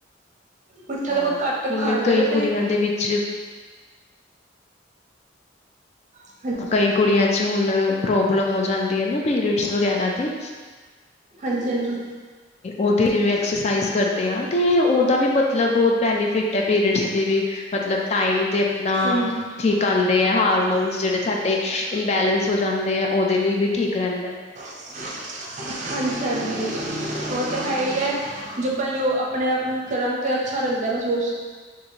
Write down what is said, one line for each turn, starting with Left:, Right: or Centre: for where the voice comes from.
Right: ਮਿੱਠਾ
Left: ਹਾਂ
Right: ਤੇ ਬਹੁਤ ਘੱਟ
Left: ਹੁਣ
Right: ਖਾਣਾ ਚਾਹੀਦਾ
Left: ਕਈ
Right: ਸੀ
Left: ਕੁੜੀਆਂ ਦੇ ਵਿੱਚ
Right: <inaudible>
Left: ਕਈ ਕੁੜੀਆਂ ਚ ਹੁਣ ਪ੍ਰੋਬਲਮ ਹੋ ਜਾਂਦੀ ਹੈ ਨਾ ਪੀਰੀਅਡਸ ਵਗੈਰਾ ਦੀ
Right: ਹਾਂਜੀ-ਹਾਂਜੀ
Left: ਉਦੇਂ ਜਿਵੇਂ ਐਕਸਾਈਜ਼ ਕਰਦੇ ਹਾਂ ਤੇ, ਉਹਦਾ ਵੀ ਮਤਲਬ ਬਹੁਤ ਬੈਨੀਫਿਟ ਏ ਪੀਰੀਅਡਸ ਲਈ ਵੀ ਮੱਤਲਬ ਟਾਈਮ ਤੇ ਆਪਨਾ
Right: ਹਾਂਜੀ
Left: ਇਕ ਆਦੇਂ ਹੈ ਹਾਰਮੋਨਸ ਜਿਹੜੇ ਸਾਡੇ ਇੰਨਬਲੈਂਸ ਹੋ ਜਾਂਦੇ ਆ, ਉਹਦੇ ਲਈ ਵੀ ਠੀਕ ਰਹਿੰਦਾ
Right: ਹਾਂਜੀ- ਹਾਂਜੀ ਉਹ ਤੇ ਹੈਈ ਏ ਜੇ ਆਪਾਂ ਆਪਨੇ ਆਪ ਨੂੰ ਕਰਾਂਗੇ ਤੇ ਅੱਛਾ ਰਹਿੰਦੇ ਮਹਿਸੂਸ